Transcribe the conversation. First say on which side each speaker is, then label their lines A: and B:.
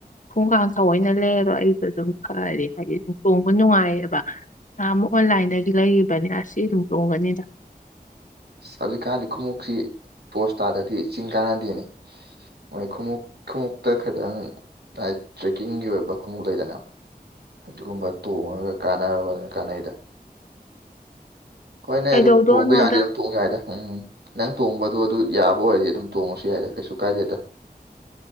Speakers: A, on the left; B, on the right.
A: ꯈꯣꯡꯎꯞ ꯀꯥꯡ ꯊꯑꯣꯏꯅ ꯂꯩꯔꯔꯣꯏ ꯑꯩꯗꯨ ꯑꯗꯨꯝ ꯐꯔꯦ ꯍꯥꯏꯗꯤ ꯑꯗꯨ ꯇꯣꯡꯕ ꯅꯨꯡꯉꯥꯏꯌꯦꯕ ꯅꯍꯥꯟꯃꯨꯛ ꯑꯣꯟꯂꯥꯏꯟꯗꯩꯗꯤ ꯂꯩꯒꯤꯕꯅꯦ ꯑꯁꯤ ꯑꯗꯨꯝ ꯇꯣꯡꯉꯅꯤꯗ
B: ꯍꯧꯖꯤꯛꯀꯥꯟꯗꯤ ꯈꯣꯡꯎꯞꯁꯤ ꯄꯣꯁꯇꯥꯥꯗꯔꯥꯗꯤ ꯆꯤꯡ ꯀꯥꯟꯅꯗꯦꯅꯦ ꯍꯣꯏ ꯈꯣꯡꯎꯞ ꯈꯣꯡꯎꯞꯇ ꯈꯤꯇꯪ ꯇ꯭ꯔꯥꯏꯠ ꯇ꯭ꯔꯦꯛꯀꯤꯡꯒꯤ ꯑꯣꯏꯕ ꯈꯣꯡꯎꯞ ꯂꯩꯗꯅ ꯑꯗꯨꯒꯨꯝꯕ ꯇꯣꯡꯉꯒ ꯀꯥꯟꯅꯕꯅꯤꯅ ꯀꯥꯟꯅꯩꯗꯅꯥ
A: <inaudible>
B: ꯍꯣꯏꯅꯦ
A: ꯀꯩꯗꯧꯗꯣꯏꯅꯣꯗ
B: ꯑꯗꯨ ꯇꯣꯡꯕ ꯌꯥꯔꯗꯤ ꯑꯗꯨꯝ ꯇꯣꯡꯕ ꯌꯥꯏꯗ ꯅꯪ ꯇꯣꯡꯕꯗꯣ ꯑꯗꯨ ꯌꯥꯕ ꯑꯣꯏꯔꯗꯤ ꯑꯗꯨꯝ ꯇꯣꯡꯉꯁꯨ ꯌꯥꯏꯗ ꯀꯩꯁꯨ ꯀꯥꯏꯗꯦꯗ